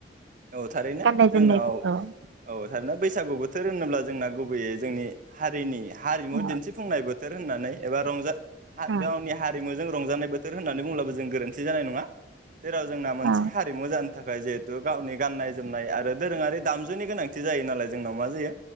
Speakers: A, on the right; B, on the right.
A: औ थारैनो
B: गाननाय
A: जोंनाव
B: जोमनायफोरखौ
A: औ थारैनो बैसागु बोथोर होनोब्ला जोंना गुबैयै जोंनि हारिनि हारिमु
B: औ
A: दिन्थिफुंनाय बोथोर बोथोर होननानै एबा रंजा
B: औ
A: गावनि हारिमु जों रंजानाय बोथोर होननानै बुंबाबो जों गोरोन्थि जानाय नङा। जेराव जोंना मोनसे
B: औ
A: हारिमु जानो थाखाय जिहेतु गावनि गाननाय जोमनाय आरो दोरोङारि दामजुनि गोनांथि जायो नालाय जोंनाव मा जायो